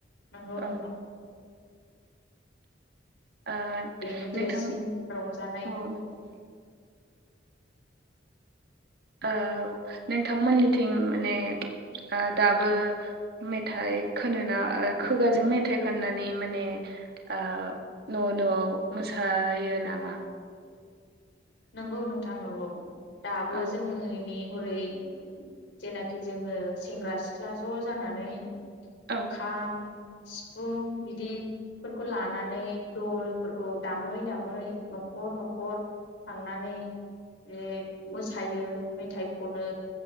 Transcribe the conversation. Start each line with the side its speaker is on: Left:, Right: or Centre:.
Left: नंगौ
Right: औ
Left: नोंथां।
Right: ओ
Left: बेनो
Right: नोंथां
Left: देरसिन
Right: अ
Left: रंजानाय
Right: नों औ नोंथांमोन निथिं माने ओ दाबो मेथाइ खोनोना ओ खोगाजों मेथाइ खन्नानै माने आ न' न' मोसायो नामा?
Left: नंगौ नोंथां नंगौ दाबो
Right: औ
Left: जोंनि हरै जेनाखि जोङो सेंग्रा सिख्ला ज' जानानै
Right: औ
Left: खाम सिफुं बिदि फोरखौ लानानै दलफोरखौ दामै दामै न'खर न'खर थांनानै जे मोसायो मेथाइ खनो